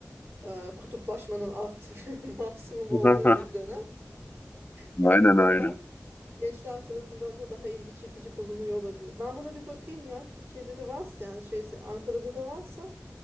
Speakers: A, on the right (about 45°); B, on the left (about 30°).
A: Ee, kutuplaşmanın arttığı <laughs> maksimum
B: <laughs>
A: olduğu bir dönem. Böyle
B: Aynen
A: konular
B: aynen.
A: Gençler tarafından da daha ilgi çekici bulunuyor olabilir. Ben buna bir bakayım ya. Türkiye'de de varsa yani şeyse Ankara'da da varsa